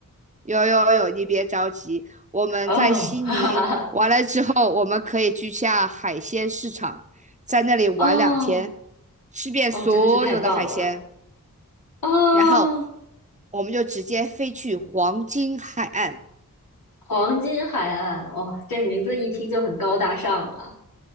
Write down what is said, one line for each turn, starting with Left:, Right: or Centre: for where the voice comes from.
Right: 有有有，你别着急，我们在悉尼完了之后，
Left: 哦，<laughs> 哈哈哈，
Right: 我们可以去下海鲜市场，在那里玩两天，
Left: 哦，
Right: 吃遍所有的海鲜。
Left: 哦，真的是太棒了！哦，
Right: 然后我们就直接飞去黄金海岸。
Left: 黄金海岸，哇哦，这名字一听就很高大上啊！